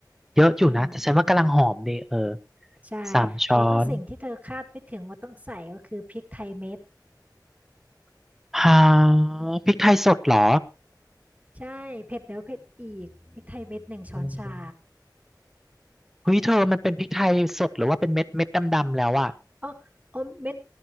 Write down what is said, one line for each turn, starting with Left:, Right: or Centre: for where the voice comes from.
Centre: เยอะอยู่นะแต่ฉันว่ากำลังหอมดีเออ
Right: อืมใช่
Centre: สามช้อน
Right: แล้วก็สิ่งที่เธอคาดไม่ถึงว่าต้องใส่ก็คือพริกไทยเม็ด
Centre: ฮาพริกไทยสดเหรอ
Right: ใช่เผ็ดแล้วเผ็ดอีกพริกไทยเม็ดหนึ่งช้อนชา
Centre: อืมเฮ้ยเธอมันเป็นพริกไทยสดหรือว่าเป็นเม็ดเม็ดดำๆแล้วอะ
Right: อ๋ออ๋อเม็ด